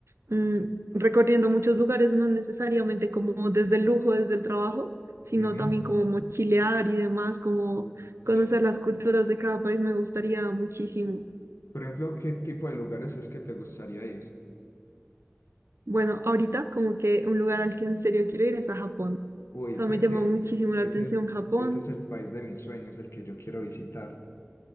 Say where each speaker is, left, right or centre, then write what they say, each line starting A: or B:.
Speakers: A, on the right; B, on the left.
A: mm, recorriendo muchos lugares, no necesariamente como desde el lujo, desde el trabajo, sino
B: Ujú.
A: también como mochilear y demás, como
B: Uf, Sí.
A: conocer las culturas de cada país me gustaría muchísimo.
B: Por ejemplo, ¿qué tipo de lugares es que te gustaría ir?
A: Bueno, ahorita como que un lugar al que en serio quiero ir es a Japón.
B: Uy,
A: O sea,
B: ¿sabes
A: me llama
B: qué?
A: muchísimo la
B: Ese
A: atención
B: es,
A: Japón.
B: ese es el país de mis sueños, el que yo quiero visitar.